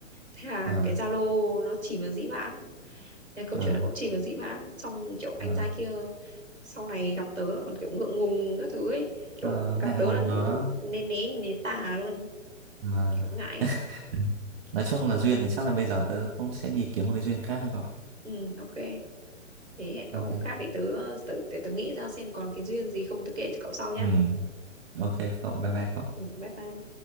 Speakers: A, on the right (about 85°); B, on the right (about 45°).
A: thế là
B: ờ
A: cái Zalo nó chìm vào dĩ vãng thế câu
B: ờ
A: chuyện nó cũng chìm vào dĩ vãng xong kiểu anh
B: ờ,
A: trai kia sau này gặp tớ là còn kiểu ngượng ngùng các thứ ấy kiểu
B: ờ,
A: gặp
B: ngại
A: tớ
B: ngùng
A: là
B: rồi đó
A: nên né nhìn đến tà luôn
B: Ờ.
A: kiểu ngại ấy.
B: ừ. nói chung là duyên thì chắc là bây giờ tớ cũng sẽ đi kiếm một cái duyên khác rồi
A: ừ ok Thế hẹn cậu
B: ok
A: hôm khác để tớ, tớ, để tớ nghĩ ra xem còn cái duyên gì không tớ kể cho cậu sau nhá.
B: ừ ok
A: Ừ,
B: cậu bye bye cậu
A: ừ, bye bye.